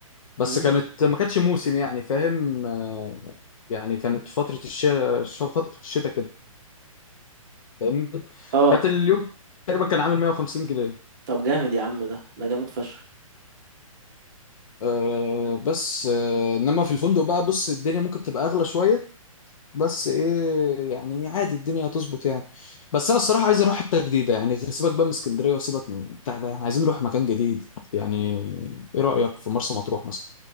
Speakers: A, on the left; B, on the right.
A: بس
B: مم؟
A: كانت ما كانتش موسم يعني فاهم آه يعني كانت فترة الشتاء فترة الشتاء كده فاهمني
B: اه
A: كانت اليوم تقريبا كان عامل 150 جنيه
B: طب جامد يا عم ده ده جامد فشخ
A: آه بس آه انما في الفندق بقى بص الدنيا ممكن تبقى اغلى شويه بس ايه يعني عادي الدنيا هتظبط يعني بس انا الصراحه عايز اروح حته جديده يعني سيبك بقى من اسكندريه وسيبك من بتاع ده عايزين نروح مكان جديد يعني ايه رايك في مرسى مطروح مثلا